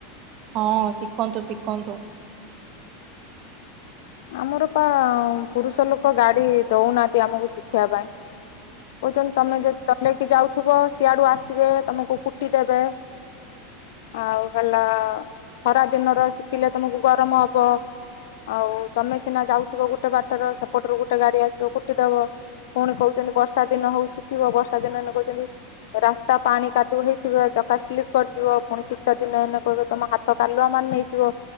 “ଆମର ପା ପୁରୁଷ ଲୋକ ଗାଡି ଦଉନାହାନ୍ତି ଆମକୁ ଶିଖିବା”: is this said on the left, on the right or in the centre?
Left